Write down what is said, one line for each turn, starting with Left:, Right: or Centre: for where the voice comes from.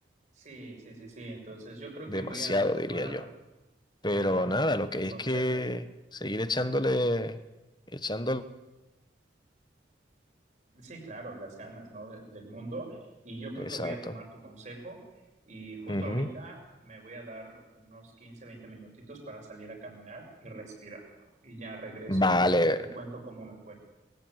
Right: sí, sí, sí, sí. Entonces yo creo
Left: Demasiado,
Right: que voy a tomar
Left: diría yo.
Right: la,
Left: Pero nada, lo
Right: el
Left: que hay
Right: consejo.
Left: es que seguir echándole, echándole.
Right: Sí, claro, las ganas, ¿no? de- del mundo. Y yo creo que
Left: Exacto.
Right: voy a tomar tu consejo. Y justo
Left: Ujú.
Right: ahorita me voy a dar unos 15 20 minutitos para salir a caminar y respirar, ¿no? Y ya regreso
Left: Vale,
Right: y te, te cuento cómo me fue.